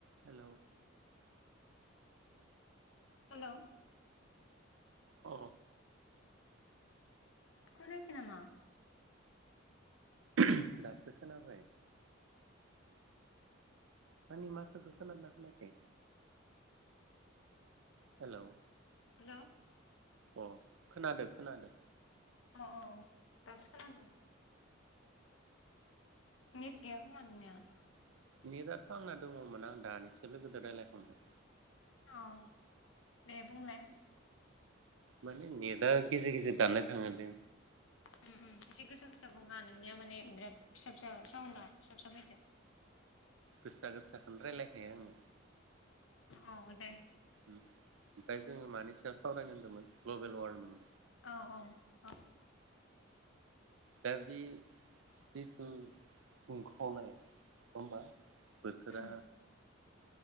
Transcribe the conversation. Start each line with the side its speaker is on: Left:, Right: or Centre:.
Right: Hello.
Left: Hello.
Right: औ।
Left: खनाखै नामा।
Right: <unintelligible> आंनि माथोखौ खोनादों ना खोनायाखै हेलौ।
Left: हेलौ।
Right: अ खोनादो खोनादों।
Left: अ औ दासो खालामदों। नेत गैया खोमा नोंनिया। <inaudible>
Right: नेदा आंना दङ'मोन आं दानिसो लोगोजों रायलायखांबाय।
Left: अ। दे बुंलाय। <inaudible>
Right: माने नेटा गेजेर गेजेर दाननाय थाङो दे।
Left: उम उम एसे गोसा गोसा बुंहा नोंनिया माने बिराद फिसा फिसा साउन्दा फिसा फिसा फैदो।
Right: गोसा गोसाखौनो रायलायखायो आङो।
Left: औ दे
Right: ओमफ्राय जोङो मानि सायाव सावरायनो होनदोंमोन। Global warming.
Left: औ औ औ।
Right: दा बे जिथु दुंखावनाय नङा होमबा। बोथोरा
Left: उम